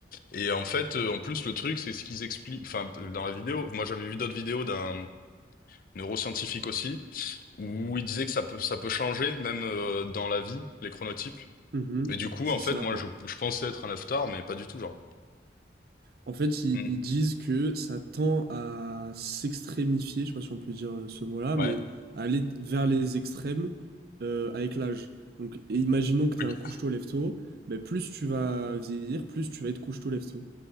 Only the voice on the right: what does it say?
Mhm,
c'est
ça.
En,
en fait, ils,
ils disent que ça tend à s'extrémifier, je sais pas si on peut dire euh, ce mot-là, mais
à aller vers les extrêmes euh, avec l'âge. Donc, et imaginons que tu
es un couche-tôt, lève-tôt, mais plus tu vas vieillir, plus tu vas être couche-tôt, lève-tôt.